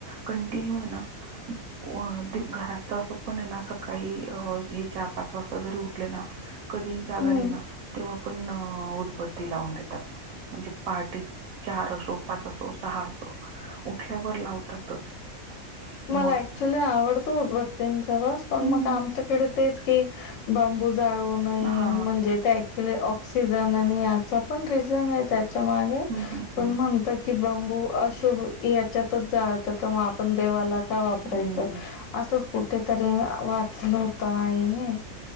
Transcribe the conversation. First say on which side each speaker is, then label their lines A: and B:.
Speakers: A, on the right; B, on the left.
A: कंटिन्यू आहे ना
B: ह
A: घरात तर असं पण आहे ना सकाळी हे चार पाच वाजता जरी उठले ना कधी ही जाग
B: हं.
A: आली ना तेव्हा पण उदब ते लावून देतात म्हणजे पहाटे चार असो पाच असो सहा असो उठल्यावर लावतातच
B: मला
A: मग
B: ॲक्च्युली आवडत उदबत्तीचा वास पण
A: हम्म
B: मग आमच्याकडे तेच की बांबू जाळू नये
A: हा
B: म्हणजे त्या ऑक्सिजन आणि याचा पण रिझन आहे, त्याच्या मागे
A: हम्म हम्म
B: पण
A: हम्म
B: म्हणत कि बांबू अशुभ याच्यातच जाळत तर मग आपण देवाला का वापरायचं
A: हम्म
B: असंच कुठेतरी वाचलं होतं आईनी